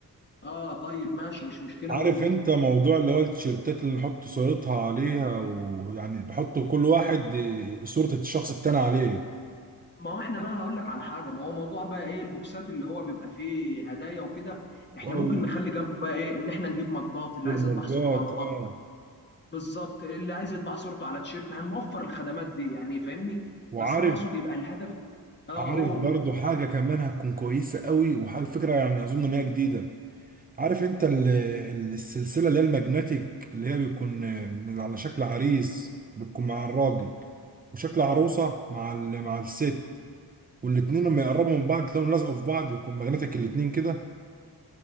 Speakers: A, on the left; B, on the right.
A: اه طيب ماشي مش مشكله
B: عارف
A: اقول
B: انت موضوع اللي هو التيشيرتات اللي نحط صورتها عليها ويعني نحط كل واحد صورة الشخص التاني عليه
A: ما هو احنا بقى هقول لك على حاجه ما هو موضوع بقى ايه البوكسات اللي هو بيبقى فيه هدايا وكده احنا
B: وال-
A: ممكن نخلي جنبه بقى ايه ان احنا نجيب مجات اللي
B: والمجات
A: عايز يطبع صورته على
B: اه
A: مج بالظبط اللي عايز يطبع صورته على تيشيرت هنوفر الخدمات دي يعني فاهمني
B: وعارف
A: بس انا اقصد يبقى الهدف اه
B: عارف
A: قول
B: برضو حاجة كمان هتكون كويسة قوي وحاجة فكرة يعني أظن إن هي جديدة عارف انت ال- ال- السلسلة اللي هي الماجنتيك اللي هي بيكون من- على شكل عريس بتكون مع الراجل وشكل عروسة مع ال- مع الست والاتنين لما يقربوا من بعض تلاقيهم لازقوا في بعض بيكون ماجنتيك الاتنين كده